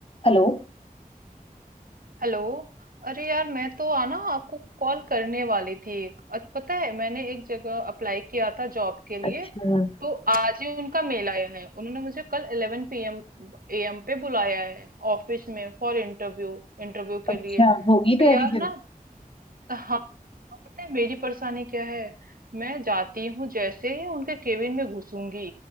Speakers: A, on the left; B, on the right.
A: Hello
B: Hello अरे यार मैं तो आना आपको कॉल करने वाली थी अ- पता है मैंने एक जगह अप्लाई किया था जॉब के
A: अच्छा
B: लिए तो आज ही उनका मेल आया है उन्होंने मुझे कल 11 पीएम एएम पे बुलाया है ऑफिस में फॉर इंटरव्यू इंटरव्यू के
A: अच्छा
B: लिए
A: होगी
B: तो
A: तैयारी
B: यार ना
A: फिर
B: हाँ और पता है मेरी परेशानी क्या है मैं जाती हूँ जैसे ही उनके केबिन में घुसूंगी